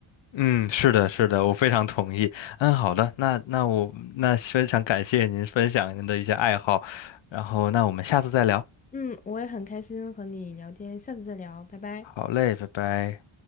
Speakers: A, on the left; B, on the left.
A: 嗯，是的，是的，我非常同意。嗯，好的，那那我那非常感谢您分享您的一些爱好，然后那我们下次再聊。
B: 嗯，我也很开心和你聊天，下次再聊，拜拜。
A: 好嘞，拜拜。